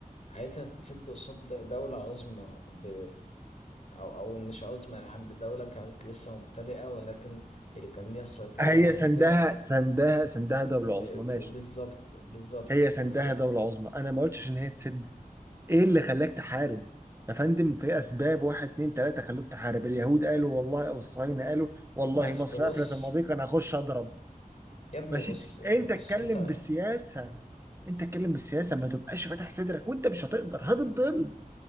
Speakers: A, on the left; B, on the right.
A: عايزة تسد قصاد دولة عظمى ب... أو أو مش عظمى يا عم دولة كانت لسه مبتدئة ولكن هي كان ليها السيطرة
B: هي
A: على المنطقة
B: سندها سندها سندها دوله
A: ب...
B: عظمى
A: ب...
B: ماشي
A: بالظبط بالظبط
B: هي سندها
A: بالظبط
B: دوله عظمى انا ما قلتش ان هي تسد ايه اللي خلاك تحارب يا فندم في اسباب واحد اتنين تلاته خلوك تحارب اليهود قالوا والله او الصهاينه قالوا والله
A: أصل
B: مصر
A: بص
B: قفلت المضيق انا هخش اضرب
A: يا ابني
B: ماشي
A: بص يا
B: انت
A: ابني بص
B: اتكلم
A: أنت
B: بالسياسه انت اتكلم بالسياسه ما تبقاش فاتح صدرك وانت مش هتقدر هتتضرب